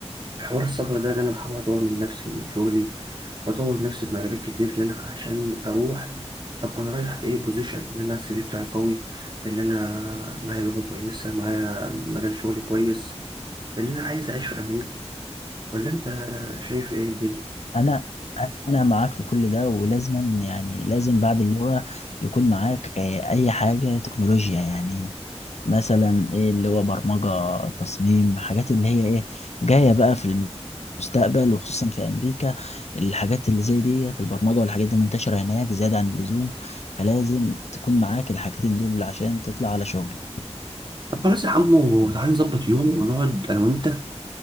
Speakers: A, on the right (about 40°); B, on the left (about 70°).
A: في حوار السفر ده إن أنا بحاول أطور من نفسي ومن شغلي وأطور نفسي في مجالات كتير لأن عشان أروح أبقى أنا رايح إيه بوزيشن إن أنا السي في بتاعي قوي اللي أنا معايا لغة كويسة معايا مجال شغلي كويس اللي أنا عايز أعيش في أمريكا ولا أنت شايف إيه الدنيا؟
B: انا انا معاك في كل ده ولازما يعني لازم بعد اللغه يكون معاك آه، اي حاجه تكنولوجيا يعني مثلا ايه اللي هو برمجه تصميم حاجات اللي هي ايه جايه بقى في المستقبل وخصوصا في امريكا الحاجات اللي زي ديت البرمجه والحاجات دي منتشره هناك زياده عن اللزوم فلازم تكون معاك الحاجتين دول عشان تطلع على شغل
A: طب خلاص يا عمو تعالى نظبط يوم ونقعد أنا وأنت